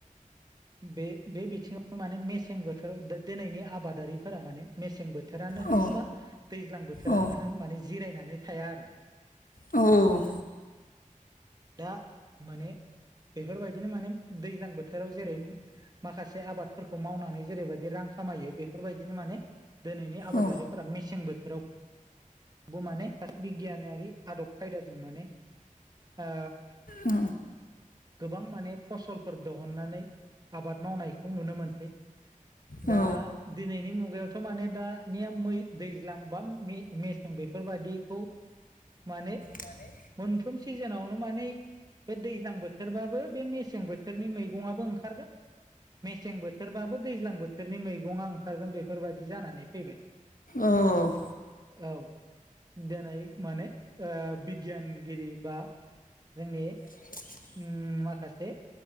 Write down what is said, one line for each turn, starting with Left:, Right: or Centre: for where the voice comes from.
Right: बे बे बिथिङाव माने मेसें बोथोराव दोनैनि आबादारिफोरा माने मेसें बोथोरानो
Left: औ
Right: होन बा दैज्लां बोथोरानो
Left: औ
Right: होन माने जिरायनानै थाया आरो
Left: औ
Right: दा माने बेफोर बायदिनो माने दैज्लां बोथोराव जेरै माखासे आबादफोरखौ मावनानै जेरैबायदि रां खामायो बेफोर बायदिनो माने दोनैनि आबादारिफोरा
Left: औ
Right: मेसें बोथोराव बो माने बिगियानारि आदब खायदाजों माने ओ
Left: अ
Right: गोबां माने फसलफोर दहुननानै आबाद मावनायखौ नुनो मोनसै
Left: औ
Right: दा दिनैनि मुगायावथ' माने दा निया मै दैज्लां बा मे-मेसें बेफोर बायदि खौ माने
Left: माने
Right: मोनफ्रोम सिजोनावनो माने बे दैज्लां बोथोरबाबो बे मेसें बोथोरनि मैगङाबो ओंखारगोन मेसें बोथोरबाबो दैज्लां बोथोरनि मैगङा ओंखारगोन बेफोर बायदि जानानै फैबाय
Left: औ औ
Right: औ दोनै माने ओ बिगियानगिरि बा जोंनि
Left: <inaudible>
Right: उम माखासे